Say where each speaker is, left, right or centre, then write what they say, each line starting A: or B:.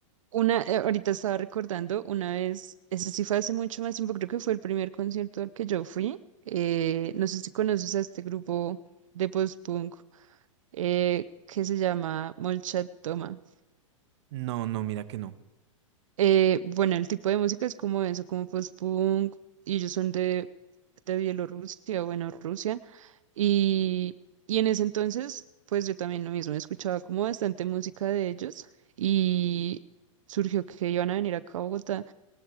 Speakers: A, on the right (about 70°); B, on the right (about 60°).
A: una, eh, ahorita estaba recordando una vez, ese sí fue hace mucho más tiempo, creo que fue el primer concierto al que yo fui. Eh, no sé si conoces a este grupo de post-punk. eh, que se llama Molchat Toma.
B: No, no, mira que no.
A: Eh, bueno, el tipo de música es como eso, como post-punk, y ellos son de, de Bielorrusia, bueno, Rusia, y, y en ese entonces, pues yo también lo mismo, escuchaba como bastante música de ellos, y surgió que iban a venir acá a Bogotá,